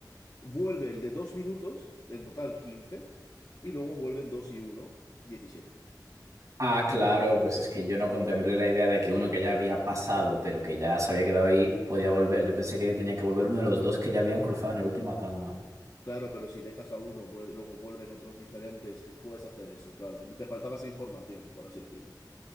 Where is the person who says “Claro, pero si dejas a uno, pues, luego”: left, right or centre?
Left